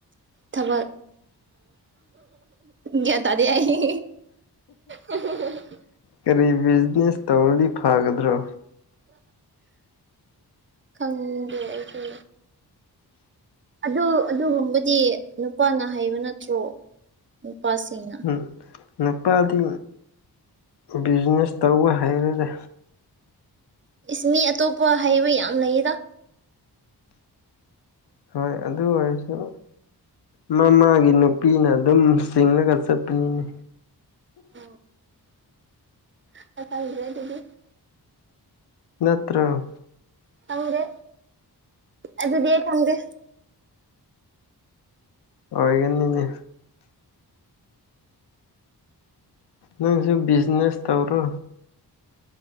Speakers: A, on the right; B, on the left.
A: ꯊꯕꯛ ꯒꯌ꯭ꯥꯟ ꯇꯥꯗꯦ ꯑꯩ <unintelligible>
B: ꯀꯔꯤ ꯕꯤꯖꯤꯅꯦꯁ ꯇꯧꯔꯗꯤ ꯐꯒꯗ꯭ꯔꯣ
A: ꯈꯪꯗꯦ ꯑꯩꯁꯨ ꯑꯗꯨ ꯑꯗꯨꯒꯨꯝꯕꯗꯤ ꯅꯨꯄꯥꯅ ꯍꯩꯕ ꯅꯠꯇ꯭ꯔꯣ ꯅꯨꯄꯥꯁꯤꯡꯅ
B: ꯎꯝ ꯅꯨꯄꯥꯗꯤ ꯕꯤꯖꯤꯅꯦꯁ ꯇꯧꯕ ꯍꯩꯔꯣꯏꯗ
A: ꯏꯁ ꯃꯤ ꯑꯇꯣꯞꯄ ꯍꯩꯕ ꯌꯥꯝ ꯂꯩꯗ
B: ꯍꯣꯏ ꯑꯗꯨ ꯑꯣꯏꯔꯁꯨ ꯅꯣꯏ ꯅꯣꯏꯒꯤ ꯅꯨꯄꯤꯅ ꯑꯗꯨꯝ ꯆꯤꯡꯂꯒ ꯆꯠꯄꯅꯤꯅꯦ
A: <unintelligible> <inaudible>
B: ꯅꯠꯇꯔꯣ꯫
A: ꯈꯪꯗꯦ ꯑꯗꯨꯗꯤ ꯑꯩ ꯈꯪꯗꯦ
B: ꯑꯣꯏꯒꯅꯤꯅꯦ ꯅꯪꯁꯨ ꯕꯤꯖꯤꯅꯦꯁ ꯇꯧꯔꯣ